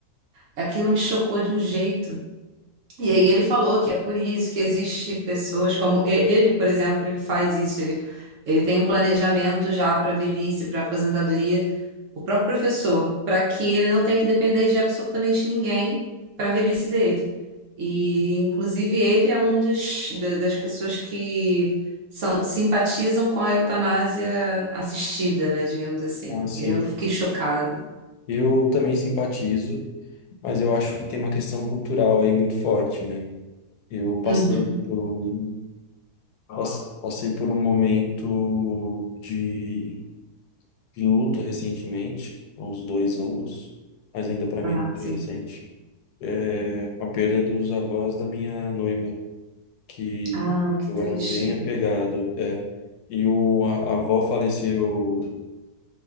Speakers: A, on the right; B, on the left.
A: Aquilo me chocou de um jeito. E aí ele falou que é por isso que existe pessoas como e- ele, por exemplo, ele faz isso, ele, ele tem um planejamento já para velhice, para aposentadoria, o próprio professor, para que ele não tenha que depender de absolutamente ninguém para a velhice dele. E inclusive ele é um dos da- das pessoas que são, simpatizam com a eutanásia assistida, né, digamos assim.
B: Ah, sim.
A: Eu fiquei chocada.
B: Eu também simpatizo. mas eu acho que tem uma questão cultural aí muito forte, né? Eu passei
A: Uhum.
B: por um, pass- passei por um momento de, de luto recentemente, há uns dois anos, mas ainda para mim
A: Ah,
B: é muito
A: sim.
B: recente. É com a perda dos avós da minha noiva, que
A: Ah, que
B: eu
A: triste.
B: era bem apegado, é. E o, a, a avó faleceu